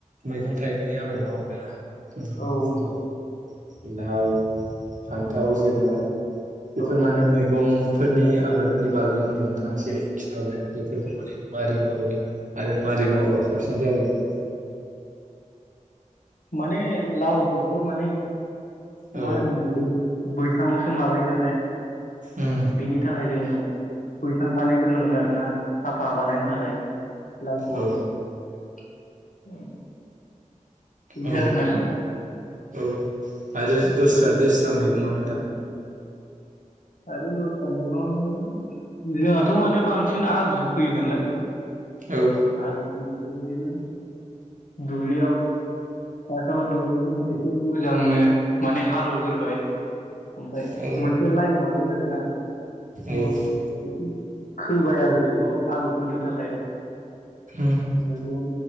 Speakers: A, on the right (about 70°); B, on the left (about 80°).
A: मैगं थाइगंनि आबाद मावब्ला <unintelligible>
B: औ
A: लाव फान्थाव,
B: औ
A: जोगोनार बेफोर
B: औ
A: माने मैगं फोरनि आबादनि बागै आंनो नोंथाङा एसे खिन्था हरलाय। बेफोरखौ माने माबारै मावो। आरो माबारै मावोबा साबसिन जागोन। <inaudible>
B: माने लाव खौथ' माने।
A: औ
B: मा होनो बै-बैसाङावसो माबायो नालाय।
A: उम
B: बिनि थाखाय जोङो बैसां बानायगोर गोरनांगोन आरोना साफा बानायनि थाखाय लावखौ।
A: औ
B: उम बिनो
A: औ
B: आरोना।
A: औ आरो
B: ओमफ्राय
A: दस्रा दैस्रा मैगङा
B: ओमफ्राय
A: नोंथां।
B: आरो दस्रा मैगं जोंहाथ माने बांसिन आलुसो फैयो नालाय।
A: औ
B: आलुखौ बिदिनो दुबलियाव फासआव दुब्लिखौ एसे मोजांनो माने हाल एवग्रोबाय। ओमफाय
A: औ
B: मोनसे लाइन लाबाय आरोना। बेयाव
A: उम
B: एसे खोबाय आरो बेखौ आलु फोनो थाखाय ओमफ्राय
A: उम
B: बेयाव